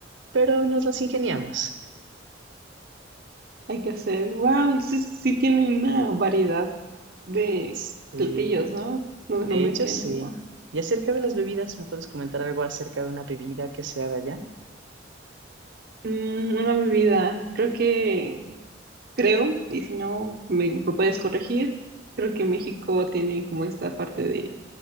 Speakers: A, on the right; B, on the right.
A: Pero nos las ingeniamos.
B: Hay que hacer, wow, entonces sí tienen una variedad de
A: Sí,
B: platillos, ¿no? Donde
A: De
B: no meten
A: hecho, sí.
B: agua.
A: Y acerca de las bebidas, ¿me puedes comentar algo acerca de una bebida que sea de allá?
B: Mm, una bebida, creo que, creo, y si no me me puedes corregir, creo que México tiene como esta parte de